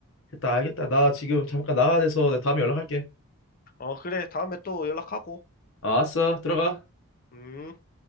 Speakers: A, on the left; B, on the left.
A: 됐다 알겠다. 나 지금 잠깐 나가야 돼서 내가 다음에 연락할게.
B: 어, 그래. 다음에 또 연락하고.
A: 아, 알았어 들어가.
B: 음.